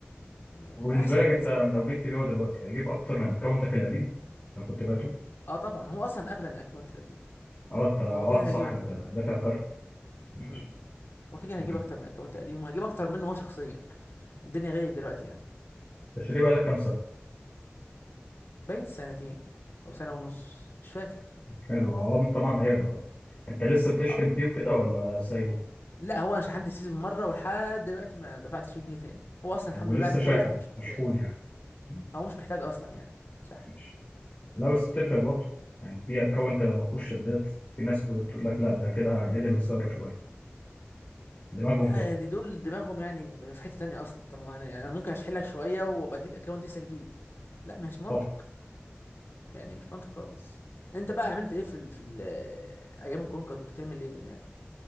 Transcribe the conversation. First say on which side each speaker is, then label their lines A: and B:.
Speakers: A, on the left; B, on the left.
A: انه الاحسن
B: وبالنسبه لك
A: بالنسبه
B: انت انت
A: لي
B: لو جبت بيعه دلوقتي هيجيب اكتر من اكونتك القديم لو كنت بعته
A: اه طبعا هو اصلا اغلى من الاكونت القديم
B: اه انت اه
A: فهو كده كده
B: صح
A: هيجيب اكتر
B: انت
A: منه
B: دافع فرق ماشي
A: امم هو كده كده هيجيب
B: تمام
A: اكتر من الاكونت القديم وهجيب اكتر منه هو شخصيا الدنيا غالية دلوقتي يعني
B: تشتريه بقالك كام سنه
A: باين سنتين او سنه ونص مش فاكر
B: حلو اه طبعا هيغلى طبعا انت لسه بتشحن
A: اه
B: فيه وكده ولا سايبه
A: لا هو انا شحنت السيزون مره ولحد دلوقتي ما دفعتش فيه جنيه تاني هو اصلا
B: ولسه
A: الحمد لله يعني كويس
B: شاحن
A: مش محتاج
B: مشحون يعني مم،
A: هو مش محتاج اصلا يعني شحن
B: ماشي لا بس بتفرق برضه يعني في اكونت لو ما فيهوش شدات في ناس بتقول لك لا ده كده هنقل من سعره شويه دماغهم
A: لا
B: كده
A: يعني دي دول دماغهم يعني في حتة تانية اصلا طب ما انا يعني انا ممكن اشحن لك شوية وبديك اكونت لسه جديد لا مش منطق
B: صح
A: يعني مش منطق خالص انت بقى عملت ايه في ال في ال ايام الكونكر كنت بتعمل ايه يعني